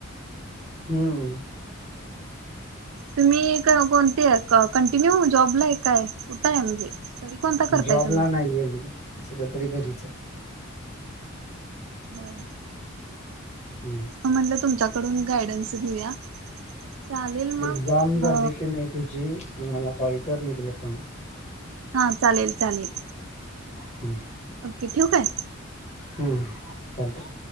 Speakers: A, on the left (about 35°); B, on the right (about 75°).
A: हम्म.
B: तुम्ही अ कोणत्या कंटिन्यू जॉबला आहे काय? कुठं ए म्हणजे? स्टडी कोणता करताय
A: जॉबला
B: तुम्ही
A: नाहीए मी. आता सध्या तरी घरीच ए.
B: होय.
A: हम्म.
B: म म्हणलं तुमच्याकडून गायडन्स घेऊया. चालेल मग
A: एक्झाम झाली
B: अ,
A: की नाही तुझी, म मला कॉल कर मी तुला सांगतो.
B: हां. चालेल चालेल.
A: हं.
B: ओके. ठेवू काय?
A: हं. चालतंय.